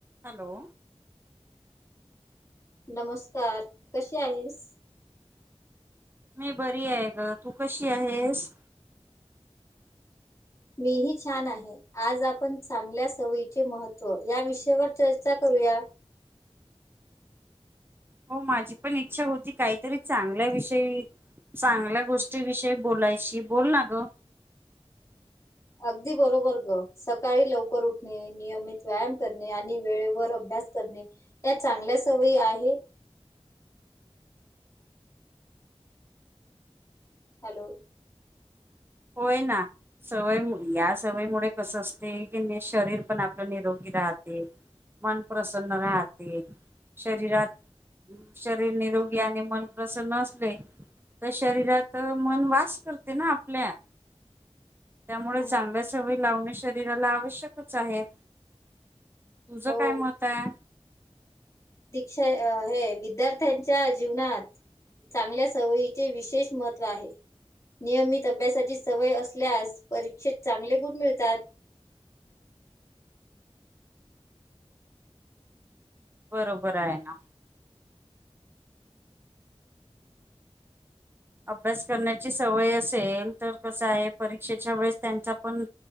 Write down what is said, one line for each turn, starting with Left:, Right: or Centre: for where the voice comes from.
Right: Hello
Left: नमस्कार कसे आहेस?
Right: मी बरी आहे ग तू कशी आहेस.
Left: मीही छान आहे. आज आपण चांगल्या सवयीचे महत्त्व या विषयावर चर्चा करूया?
Right: हो माझी पण इच्छा होती काहीतरी चांगल्या विषयी, चांगल्या गोष्टीविषयी बोलायची बोल ना ग-
Left: अगदी बरोबर ग सकाळी लवकर उठणे नियमित व्यायाम करणे आणि वेळेवर अभ्यास करणे. त्या चांगल्या सवयी आहे हॅलो
Right: होय ना सवय या सवयी मुळे कस असते की शरीर पण आपलं निरोगी राहते. मन प्रसन्न राहते शरीरात. शरीर निरोगी आणि मन प्रसन्न असले, तर शरीरात मन वास करते ना आपल्या, त्यामुळे
Left: हम्म
Right: चांगल्या सवयी लावणे शरीराला आवश्यकच आहेत. तुझं
Left: हो
Right: काय मत आहे.
Left: दीक्षा हे विद्यार्थ्यांच्या जीवनात, चांगल्या सवयीचे विशेष महत्त्व आहे. नियमित अभ्यासाची सवय असल्यास परीक्षेत चांगले गुण मिळतात.
Right: बरोबर आहे ना. अभ्यास करण्याची सवय असेल तर कस आहे परीक्षेच्या वेळेस त्यांचा पण,